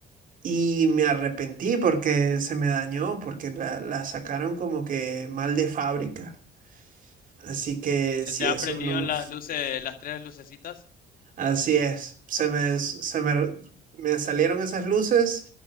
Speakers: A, on the right; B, on the left.
A: y me arrepentí porque se me dañó, porque la, la sacaron como que mal de fábrica. Así que
B: ¿Se
A: si
B: te han
A: eso
B: prendido
A: no...
B: las luces, las tres lucecitas?
A: Así es, se me, se me, me salieron esas luces